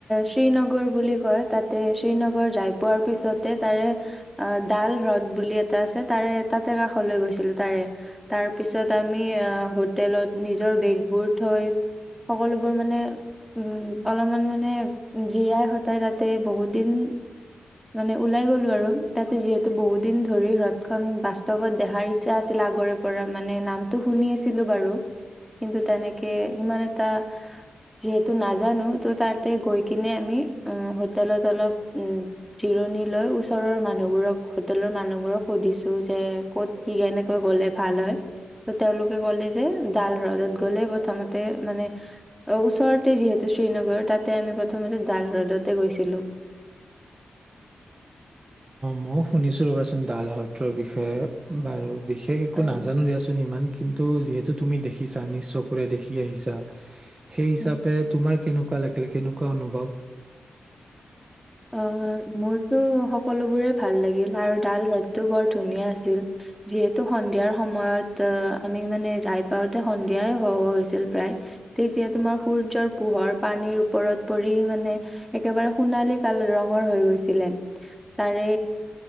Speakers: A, in the centre; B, on the right.
A: শ্ৰীনগৰ বুলি কয় তাতে শ্ৰীনগৰ যাই পোৱাৰ পিছতে তাৰে ডাল হ্ৰদ বুলি এটা আছে তাৰে তাতে কাষলৈ গৈছিলো তাৰে তাৰ পিছত আমি হোটেলত নিজৰ বেগবোৰ থৈ। সকলোবোৰ মানে উম অলপমান মানে জিৰাই সটাই তাতে বহুত দিন। মানে ওলাই গলো আৰু তাতে যিহেতু বহুত দিন ধৰি হ্ৰদ খন বাস্তৱত দেখাৰ ইচ্ছা আছিল আগৰে পৰা মানে নামটো শুনি আছিলো, বাৰু কিন্তু তেনেকে ইমান এটা যিহেতু নাজানো ত তাতে গৈ কিনে আমি হোটেলত অলপ। জিৰণি লৈ ওচৰৰ মানুহবোৰক হোটেলৰ মানুহবোৰক সুধিছো যে, ক'ত কি কেনেকৈ গলে ভাল হয় ত তেওঁলোকে ক'লে যে ডাল হ্ৰদত গলে প্ৰথমতে মানে ওচৰতে যিহেতু শ্ৰীনগৰ তাতে আমি প্ৰথমতে ডাল হ্ৰদতে গৈছিলো।
B: মই শুনিছোঁ ৰ'বাচোন ডাল সত্ৰৰ বিষয়ে বাৰু। বিশেষ একো
A: অ
B: নাজানো দিয়াচোন ইমান। কিন্তু যিহেতু তুমি দেখিছা নিজ চকুৰে দেখি আহিছা। সেই হিচাপে
A: উম।
B: তোমাৰ কেনেকুৱা। কুৱা লাগিল কেনেকুৱা অনুভৱ?
A: অ, মোৰতো সকলোবোৰে ভাল লাগিল আৰু ডাল হ্ৰদতটো বৰ ধুনীয়া আছিল, যিহেতু সন্ধিয়াৰ সময়ত আমি মানে যাই পাওঁতে সন্ধিয়াই হ হৈছিল প্ৰায় তেতিয়া তোমাৰ সূৰ্যৰ পোহৰ পানীৰ ওপৰত পৰি মানে একেবাৰে সোণালী। কাল ৰঙৰ হৈ গৈছিলে তাৰে